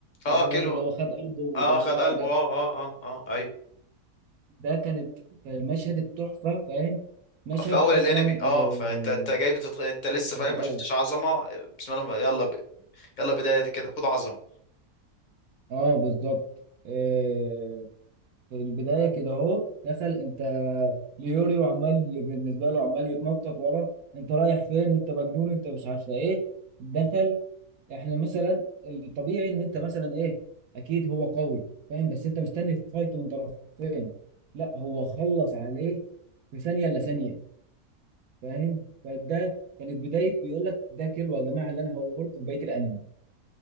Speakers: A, on the left; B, on the right.
A: اه
B: فاكر الراجل
A: كيلو
B: اللي هو خد قلبه وطلعه
A: اه خد قلبه
B: ده
A: اه اه اه اه ايوه
B: ده كانت كان المشهد التحفة فاهم مشهد
A: في اول
B: اصلا
A: الانمي اه
B: آه،
A: فانت انت جاي بتتق... انت لسه فاهم
B: آه، في الاول
A: ما شفتش عظمه بسم الله يلا ب... يلا بدايه كده خد عظمه
B: اه بالظبط آه، في البداية كده اهو دخل انت ليوريو عمال بالنسبة له عمال يتنطط ورا انت رايح فين انت مجنون انت مش عارفة ايه دخل احنا مثلا الطبيعي ان انت مثلا ايه اكيد هو قوي فاهم بس انت مستني فايت من طرفين لا هو خلص عليه في ثانيه الا ثانيه فاهم فده كانت بدايه بيقول لك ده كيلو يا جماعه اللي انا هقوله لكم في بقيه الانمي